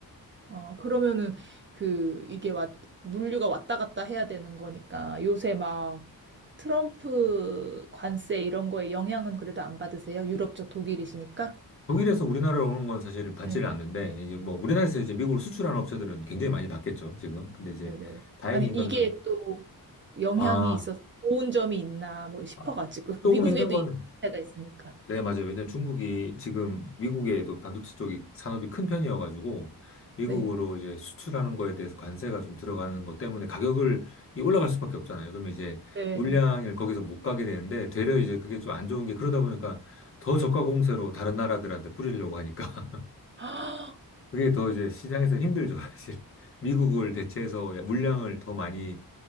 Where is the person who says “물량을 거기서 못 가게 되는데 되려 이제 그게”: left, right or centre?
Left